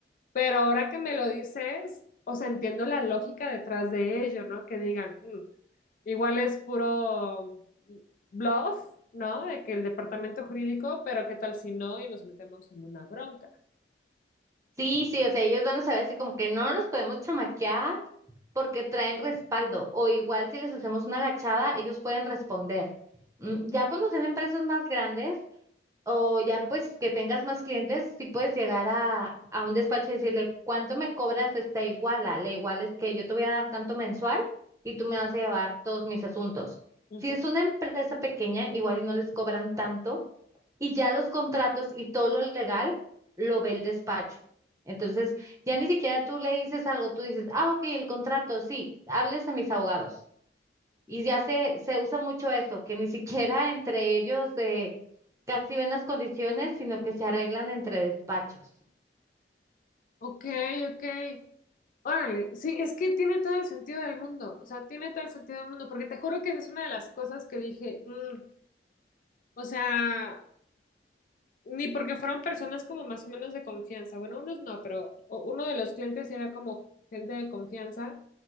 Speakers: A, on the left; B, on the right.
A: Pero ahora que me lo dices, o sea, entiendo la lógica detrás de ello, ¿no? Que digan, "Mm, igual es puro bluff, ¿no? De que el departamento jurídico, pero qué tal si no y nos metemos en una bronca.
B: Sí, sí, o sea, ellos van a saber así como que no nos podemos chamaquear porque traen respaldo o igual si les hacemos una agachada, ellos pueden responder. Mm, Ya cuando sean empresas más grandes, O ya pues que tengas más clientes, si puedes llegar a, a un despacho y decirle, ¿cuánto me cobras esta iguala? La iguala es que yo te voy a dar tanto mensual y tú me vas a llevar todos mis asuntos.
A: Ujú.
B: Si es una empresa pequeña, igual y no les cobran tanto y ya los contratos y todo lo legal lo ve el despacho. Entonces, ya ni siquiera tú le dices algo, tú dices, ah, ok, el contrato, sí, hables a mis abogados. Y ya se, se usa mucho eso, que ni siquiera entre ellos eh, casi ven las condiciones, sino que se arreglan entre despachos.
A: Ok, ok. Órale, sí, es que tiene todo el sentido del mundo, o sea, tiene todo el sentido del mundo, porque te juro que esa es una de las cosas que dije, "Mm, O sea, ni porque fueron personas como más o menos de confianza. Bueno, unos no, pero o- uno de los clientes sí era como gente de confianza,